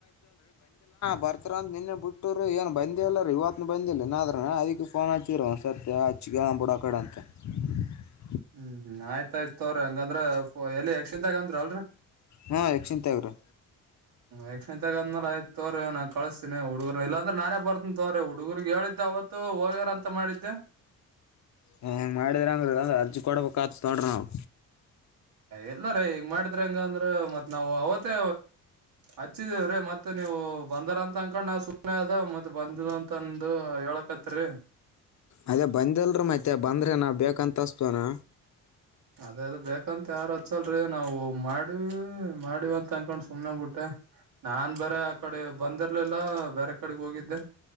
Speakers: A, on the left; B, on the right.
A: ವರ್ತ ರ ನಿನ್ನೆ ಬುಟ್. ಕೊಟ್ಟರು ಏನು ಬಂದಿಲ್ಲ ಅಲ್ಲೀ ಇವತ್ತುನು ಬಂದಿಲ್ಲ ಇನ್ನಾದ್ರ ಅದಕ್ಕೆ ಫೋನ್ ಹಚ್ಚಿರ ಒಂದು ಸರ್ತಿ ಹಚ್ಚಿಗೆ ಬಿಡೋ ಕಡೆ ಅಂತ. ಹ್ಮ.
B: ಹ್ಮ್ ಹ್ಮ್ ಆಯ್ತಾಯ್ತ ಅವ್ರ ಹಂಗಂದ್ರ ಎಲ್ಲಿ ಯಕ್ಷಿಂತಗಂದ್ರ ಅಲ್ರ.
A: ಹಾ ಯಕ್ಷಿಂತಗ್ರೀ.
B: ಯಕ್ಷ್ಣಿತಗ ಅಂದ್ರ ಆಯ್ತ್ ತೋರ ನ ಕಳಸ್ತನ ಹುಡುಗರು ಇದ್ರೆ ನಾನೇ ಬರ್ತನಿ ತೋಗರ ಹುಡುಗಗ್ರು ಹೇಳ. ಅವತ್ತು ಹೋಗ್ಯಾರ ಅಂತ ಮಾಡಿದ್ದೆ.
A: ಹ ಮಾಡಿದ್ರ ಅಂಗ್ರದ ಅರ್ಜಿ ಕೊಡ್ಬೇಕ ಆತನೋಡ್ರಿ ನಾವು.
B: ಎಲ್ಲ ರೀ ಹಿಂಗ್ ಮಾಡಿದ್ರ ಹೆಂಗ ಅಂದ್ರ ಮತ್ ನಾವವು ಅವತ್ತೇ ಹಚ್ಚಿದೇವ್ರೀ ಮತ್. ಮತ್ತ ನೀವು ಬಂದರ ಅಂತ ಅನ್ಕೊಂಡ್ ನಾವ್ ಸುಮ್ಮ್ನೆ ಅದೇ ಮತ್ತೆ ಬಂದ ಅಂತಂದು ಹೇಳಕತ್ರಿ.
A: ಅದೇ ಬಂದಲ್ರಿ ಮತ್ತೆ ಬಂದ್ರ ನಾ ಬೇಕಂತಿಸ್ತೇನಾ.
B: ಅದೇ ಅದ ಬೇಕಂತ ಯಾರ ಹಚ್ಚಲ್ರಿ ನಾವು ಮಾಡೀವ ಮಾಡಿವ ಅಂತ ಅನ್ಕಾಣಸ್. ಸುಮ್ಮ್ನೆಗ್ಬ ಬಿಟ್ಟೆ ನಾನ್ ಬೇರೆ ಆ ಕಡೆ ಬಂದಿರ್ಲಿಲ್ಲ ಬೇರೆ ಕಡೆಗ್ ಹೋಗಿದ್ದೆ.